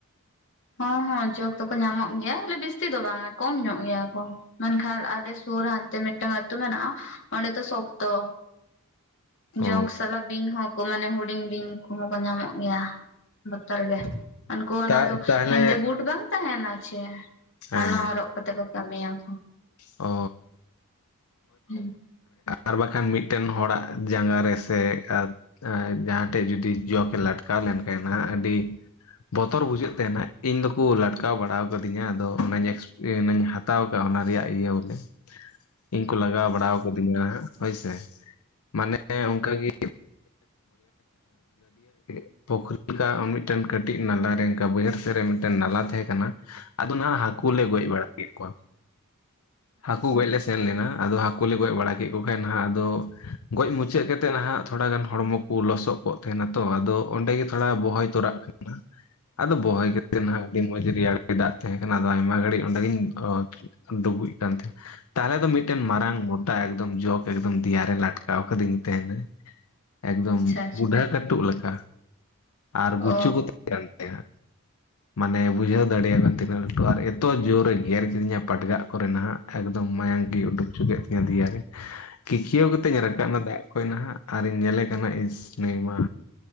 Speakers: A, on the left (about 55°); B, on the left (about 75°).
A: ᱦᱚᱸ ᱦᱚᱸ ᱡᱚᱠ ᱫᱚᱠᱚ ᱧᱟᱢᱚᱜ ᱜᱮᱭᱟ ᱞᱤᱠᱤᱱ ᱵᱤᱥᱛᱤ ᱫᱚ ᱵᱟᱝ-ᱟ ᱠᱚᱢ ᱧᱚᱜ ᱜᱮᱭᱟ ᱠᱚ ᱾ ᱢᱮᱱᱠᱷᱟᱱ ᱟᱞᱮ ᱥᱩᱨ ᱦᱟᱱᱛᱮ ᱢᱤᱫᱴᱟᱝ ᱟᱹᱛᱩ ᱢᱮᱱᱟᱜᱼᱟ ᱚᱸᱰᱮ ᱫᱚ ᱥᱚᱠᱛᱚ
B: ᱚ
A: ᱡᱚᱸᱠ ᱥᱟᱞᱟᱜ ᱵᱤᱧ ᱦᱚᱸᱠᱚ ᱢᱟᱱᱮ ᱦᱩᱰᱤᱧ ᱵᱤᱧ ᱠᱚᱦᱚᱸ ᱠᱚ ᱧᱟᱢᱚᱜ ᱜᱮᱭᱟ ᱾ ᱵᱚᱛᱚᱨ ᱜᱮ, ᱩᱱᱠᱩ ᱚᱱᱟ
B: ᱛᱟ
A: ᱫᱚ
B: ᱛᱟᱦᱚᱞᱮ
A: ᱦᱮᱸᱫᱮ ᱵᱩᱴ ᱵᱟᱝ ᱛᱟᱸᱦᱮᱱᱟ ᱪᱷᱮ
B: ᱦᱮᱸ
A: ᱚᱱᱟ
B: ᱦᱮᱸ
A: ᱦᱚᱨᱚᱜ ᱠᱟᱛᱮ ᱠᱚ ᱠᱟᱹᱢᱤᱭᱟ ᱾
B: ᱚ ᱾
A: ᱦᱩᱸᱜ <unintelligible>
B: ᱟᱨ ᱵᱟᱝᱠᱷᱟᱱ ᱢᱤᱫᱴᱮᱱ ᱦᱚᱲᱟᱜ ᱡᱟᱸᱜᱟ ᱨᱮᱥᱮ <unintelligible> ᱮᱸ ᱡᱟᱦᱟᱸ ᱴᱷᱮᱡ ᱡᱩᱫᱤ ᱡᱚᱠ ᱮ ᱞᱟᱴᱠᱟᱣ ᱞᱮᱱᱠᱷᱟᱱ ᱟᱹᱰᱤ ᱵᱚᱛᱚᱨ ᱵᱩᱡᱷᱟᱹᱜ ᱛᱟᱦᱮᱱᱟ, ᱤᱧ ᱫᱚᱠᱚ ᱞᱟᱴᱠᱟᱣ ᱵᱟᱲᱟ ᱟᱠᱟᱫᱤᱧᱟ᱾ ᱟᱫᱚ ᱚᱱᱟ ᱮᱠᱥᱯ ᱚᱱᱟ ᱦᱟᱛᱟᱣ ᱠᱟᱜ ᱚᱱᱟ ᱨᱮᱭᱟᱜ ᱤᱭᱟᱹ ᱵᱚᱞᱮ ᱤᱧ ᱠᱚ ᱞᱟᱜᱟᱣ ᱵᱟᱲᱟ ᱠᱟᱸᱫᱤᱧᱟ ᱦᱟᱸᱜ ᱦᱚᱭ ᱥᱮ ᱢᱟᱱᱮ ᱚᱱᱠᱟ ᱜᱮ <inaudible> <inaudible> ᱯᱩᱠᱷᱨᱤ ᱞᱮᱠᱟ ᱟᱨ ᱢᱤᱫᱴᱮᱱ ᱠᱟᱹᱴᱤᱡ ᱱᱟᱞᱟ ᱨᱮ ᱮᱱᱠᱟ ᱵᱟᱹᱭᱦᱟᱹᱲ ᱥᱮᱫ ᱨᱮ ᱢᱤᱫᱴᱮᱱ ᱱᱟᱞᱟ ᱛᱟᱦᱮᱸ ᱠᱟᱱᱟ ᱾ ᱟᱫᱚ ᱱᱟᱦᱟᱜ ᱦᱟᱹᱠᱩ ᱦᱟᱹᱠᱩ ᱜᱚᱡ ᱵᱟᱲᱟ ᱠᱮᱫ ᱠᱚᱣᱟ, ᱦᱟᱹᱠᱩ ᱜᱚᱡ ᱞᱮ ᱥᱮᱱ ᱞᱮᱱᱟ ᱟᱫᱚ ᱦᱟᱹᱠᱩ ᱞᱮ ᱜᱚᱡ ᱵᱟᱲᱟ ᱜᱮᱜ ᱠᱚ ᱠᱷᱟᱡ ᱱᱟᱦᱟᱜ ᱟᱫᱚ ᱜᱚᱡ ᱢᱩᱪᱟᱹᱫ ᱠᱟᱛᱮᱫ ᱱᱟᱦᱟᱜ ᱛᱷᱚᱲᱟ ᱜᱟᱱ ᱦᱚᱲᱢᱚ ᱠᱚ ᱞᱚᱥᱚᱜ ᱯᱚᱜ ᱛᱟᱦᱮᱱᱟ ᱛᱚ, ᱟᱫᱚ ᱚᱸᱰᱮ ᱜᱮ ᱛᱷᱚᱲᱟ ᱵᱚᱦᱚᱭ ᱛᱚᱨᱟᱜ ᱦᱩᱭᱩᱜ-ᱟ᱾ ᱟᱫᱚ ᱵᱚᱦᱚᱭ ᱠᱟᱛᱮ ᱱᱟᱦᱟᱜ ᱟ. ᱰᱤ ᱢᱚᱸᱡᱽ ᱜᱮ ᱨᱮᱭᱟᱲ ᱫᱟᱜ ᱛᱟᱦᱮ ᱠᱟᱱᱟ, ᱟᱫᱚ ᱟᱭᱢᱟ ᱜᱷᱟᱲᱤ ᱚᱸᱰᱮ ᱜᱮᱧ ᱰᱩᱵᱩᱡ ᱠᱟᱱᱛᱮ ᱛᱟᱦᱚᱞᱮ ᱫᱚ ᱢᱤᱫᱴᱮᱱ ᱢᱟᱨᱟᱝ ᱢᱚᱴᱟ ᱡᱚᱠᱚ ᱮᱠᱫᱚᱢ ᱫᱤᱭᱟᱨᱮ ᱞᱟᱴᱠᱟᱣ ᱠᱟᱹᱫᱤᱧ ᱛᱟᱦᱮᱱᱟ ᱾ ᱮᱠᱫᱚᱢ
A: ᱟᱪᱪᱷᱟ
B: ᱵᱩᱰᱷᱟᱹ ᱠᱟᱹᱴᱩᱵ ᱞᱮᱠᱟ ᱟᱨ ᱜᱩᱪᱩ
A: ᱚ
B: ᱦᱚᱸ ᱛᱟᱦᱮᱸ ᱠᱟᱱ ᱛᱟᱭᱟ ᱾ ᱢᱟᱱᱮ ᱵᱩᱡᱷᱟᱹᱣ ᱫᱟᱲᱮᱭᱟ ᱛᱤᱱᱟᱹᱜ ᱞᱟᱹᱴᱩ ᱟᱨ ᱮᱛᱚ ᱡᱳᱨᱮ ᱮ ᱜᱮᱨ ᱠᱤᱫᱤᱧᱟ ᱯᱟᱸᱰᱜᱟᱜ ᱠᱚᱨᱮ ᱱᱟᱦᱟᱜ ᱾ ᱮᱠᱫᱚᱢ ᱢᱟᱭᱟᱝ ᱜᱮᱭ ᱩᱰᱩᱠ ᱩᱪᱩ ᱠᱮᱫ ᱛᱤᱧᱟᱹ ᱫᱮᱭᱟᱨᱮ ᱾ ᱠᱤᱠᱤᱭᱟᱹᱣ ᱠᱟᱛᱮ ᱤᱧ ᱨᱟᱠᱟᱵ ᱮᱱᱟ, ᱫᱟᱜ ᱠᱷᱚᱱ ᱱᱟᱦᱟᱜ ᱟᱨᱤᱧ ᱧᱮᱞᱮ ᱠᱟᱱᱟ ᱤᱥ ᱱᱩᱭ ᱢᱟ